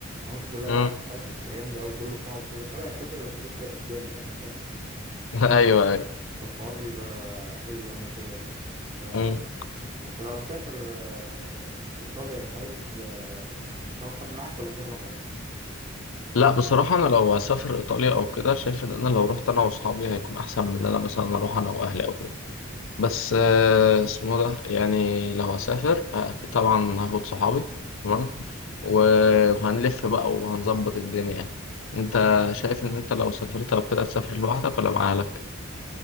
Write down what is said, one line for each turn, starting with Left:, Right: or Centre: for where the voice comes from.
Right: محطوطة كلها
Left: مم.
Right: بقى في الصلصة بتبقى جامدة أوي كله في بعضه كده شبه الكشري بس كشري أسباني يعني فاهم
Left: <laughs> ايوه ايوه
Right: فالحوار بيبقى حلو يعني وكده يعني فأنت
Left: مم.
Right: لو هتسافر آه، إيطاليا مش عايز آه، تاخد حد معاك ولا تروح لوحدك؟
Left: لا بصراحه انا لو هسافر ايطاليا او كده شايف ان انا لو رحت انا واصحابي هيكون احسن من ان انا مثلا اروح انا واهلي او كده بس آه، اسمه ده يعني لو هسافر آه، أكيد طبعا هاخد صحابي تمام و- وهنلف بقى وهنظبط الدنيا يعني انت شايف ان انت لو سافرت او كده هتسافر لوحدك ولا مع اهلك